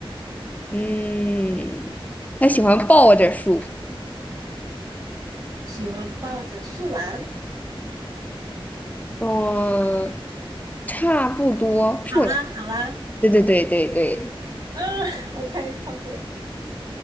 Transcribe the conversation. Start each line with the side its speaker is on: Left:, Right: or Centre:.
Left: 嗯，它喜欢抱着树。
Right: 喜欢抱着树懒。
Left: 嗯，差不多，树懒。
Right: 好啦，好啦，
Left: 对对对对对。
Right: 啊，OK，perfect。